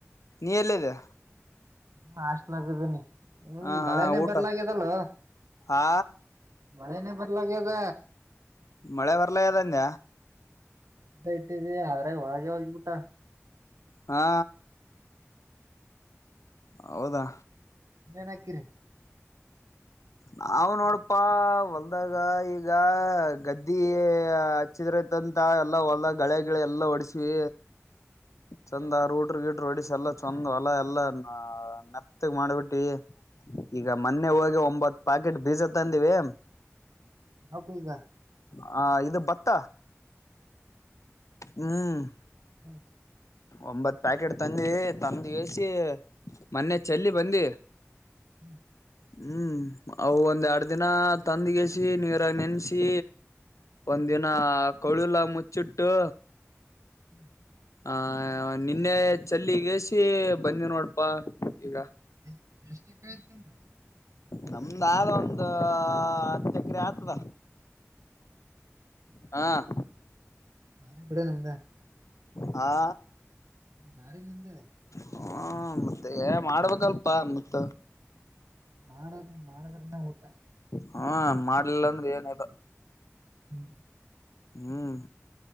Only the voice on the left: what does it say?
ನಿಯಲ್ಲೇಾ
ಹ
ಹಾ ಊಟ
ಆ
ಮಳೆ ಬರ್ಲ ಅದಂದ
ಹಾ ಹೌದಾ
ನಾವ್ ನೋಡಪಾ ಹೊಲ್ದಾಗ ಈಗ ಗದ್ದಿ ಹಚ್ಚಿದ್ರೈತಂತ ಎಲ್ಲಾ ಹೊಲ್ದಾಗ ಗಳೆ ಗಿಳ ಎಲ್ಲಾ ಹೊಡಸ್ವಿ ಚಂದ ರೋಡ್ ಗಿಡ್ರ ಗಿಡರು ಹೊಡಿಸ ಎಲ್ಲ ಚಂದ್ ಹೊಲ ಎಲ್ಲಾ ನೆತ್ತಗ್ ಮಾಡ್ಬಿಟ್ಟಿ ಈಗ ಮೊನ್ನೆ ಹೋಗ್ ಒಂಬತ್ತು ಪಾಕೆಟ್ ಬೀಜ ತಂದವಿ ಎ
ಹ ಇದು ಭತ್ತ ಹ್ಮ್
ಒಂಬತ್ ಪ್ಯಾಕೆಟ್ ತಂದಿ ತಂದಗಸಿ ಮೊನ್ನೆ ಚಲ್ಲಿ ಬಂದಿ
ಹ್ಮ್ ಅವು ಒಂದ್ ಎರಡ್ ದಿನ ತಂದಗಸಿ ನೀರಾಗ ನೆನ್ಸಿ ಒಂದಿನ ಕಳುಲ್ಲ ಮುಚ್ಚಿಟ್ಟು
ಆ ನಿನ್ನೆ ಚಲ್ಲಿಗಸಿ ಬಂದಿ ನೋಡಪಾ ಈಗ
ನಮ್ದ ಆದ ಒಂದ ಹತ್ತು ಎಕರೆ ಆತದ ಹಾಂ
ಹಾ
ಹ್ಮ ಮತ್ತೆ ಮಾಡ್ಬೇಕಲ್ಪ ಮತ್
ಹ್ಮ ಮಾಡ್ಲಿಲ್ಲ ಅಂದ್ರೆ ಏನಲ್ಲ
ಹ್ಮ್